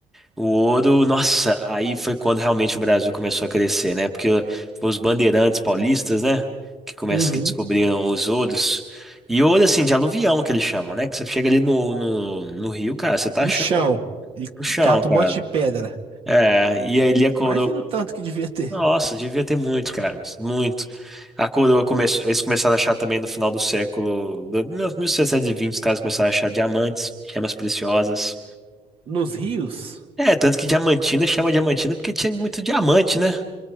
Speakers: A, in the centre; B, on the right.
A: O ouro, nossa, aí foi quando realmente o Brasil começou a crescer, né? Porque foi os bandeirantes paulistas, né? Que começam,
B: Uhum.
A: que descobriram os ouros. E ouro, assim, de aluvião que eles chamam, né? Que você chega ali no, no, no rio, cara, você tá
B: No
A: achando
B: chão.
A: ouro
B: E
A: no chão,
B: cata um
A: cara.
B: monte de pedra.
A: É, e aí ele a coroa.
B: Imagina o tanto que devia ter.
A: Nossa, devia ter muito, cara, muito. A coroa começou, eles começaram a achar também no final do século, do- 1720, os caras começaram a achar diamantes, gemas preciosas.
B: Nos rios.
A: É, tanto que diamantina chama diamantina porque tinha muito diamante, né?